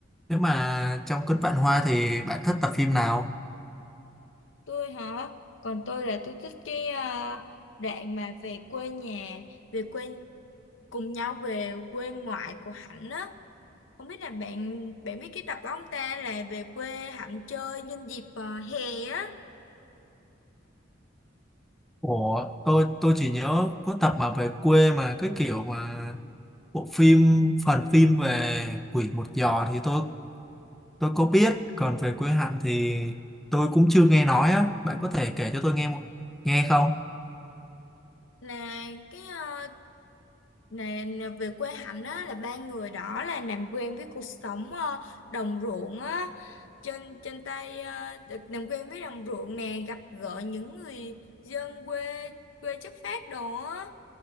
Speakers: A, in the centre; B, on the left.
A: nếu mà trong Cơn Vạn Hoa thì bạn thích tập phim nào?
B: Tôi hả? Còn tôi là tôi thích cái à, đoạn mà về quê nhà, về quê cùng nhau về quê ngoại của Hạnh á. Không biết là bạn bạn biết cái tập đó không ta là về quê Hạnh chơi nhân dịp à, hè á
A: Ủa, tôi tôi chỉ nhớ có tập mà về quê mà cái kiểu mà bộ phim phần phim về Quỷ Một Giò thì tôi tôi có biết, còn về quê Hạnh thì tôi cũng chưa nghe nói á. Bạn có thể kể cho tôi nghe một nghe không?
B: là cái ờ, Nè, nè, về quê Hạnh á là ba người đó là làm quen với cuộc sống ờ, đồng ruộng á trên trên tay ờ, được làm quen với đồng ruộng nè gặp gỡ những người dân quê quê chất phác đồ á